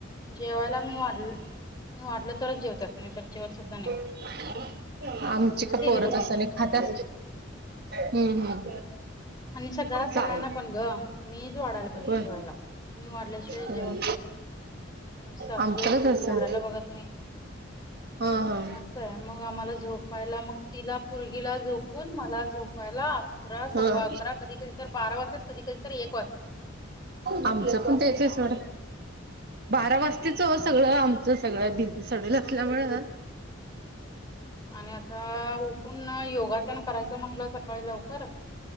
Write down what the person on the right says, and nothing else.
<unintelligible> आमची का पोर
तसं
नाही खात्यात, हम्म हम्म.
चालेल
होय
होय
आमच्याकच
असेल
हा हा
हा
आमचं पण तेच हाय सोड. बारा वाजताच सगळं आमचं सगळं बिझी सडल. असल्यामुळं